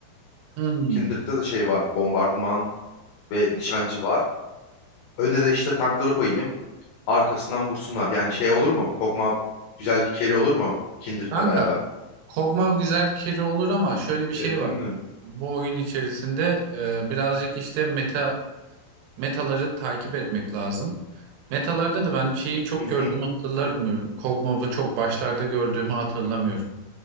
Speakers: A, on the right; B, on the left.
A: Hmm.
B: Kindred'de de şey var. Bombardıman ve nişancı var. Önüne de işte tankları koyayım. Arkasından vursunlar. Yani şey olur mu? Kogma güzel bir carry olur mu? Kindred'le
A: Kanka
B: beraber.
A: Kog'Maw güzel carry olur ama şöyle bir şey
B: Denedin
A: var.
B: mi?
A: Bu oyun içerisinde e, birazcık işte meta metaları takip etmek lazım. Metalarda da ben şeyi çok
B: Hı hı.
A: gördüğümü hatırlamıyorum. Kog'Maw'ı çok başlarda gördüğümü hatırlamıyorum.